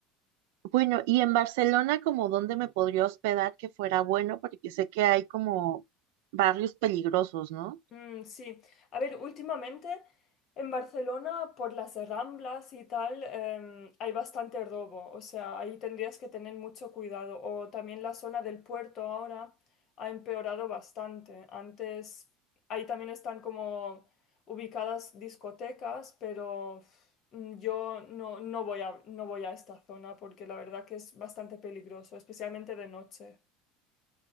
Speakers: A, on the right; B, on the left.
A: Bueno, y en Barcelona, como dónde me podría hospedar que fuera bueno, porque sé que hay como barrios peligrosos, ¿no?
B: Mm, sí, a ver, últimamente en Barcelona por las ramblas y tal em, hay bastante robo, o sea, ahí tendrías que tener mucho cuidado. O también la zona del puerto ahora ha empeorado bastante. Antes ahí también están como ubicadas discotecas, pero mm, yo no, no voy a, no voy a esta zona porque la verdad que es bastante peligroso, especialmente de noche.